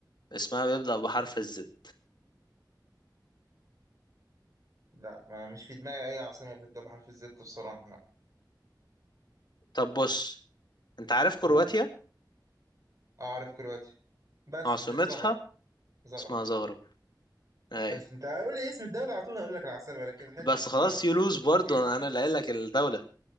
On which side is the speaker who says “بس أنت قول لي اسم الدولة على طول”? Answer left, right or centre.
Right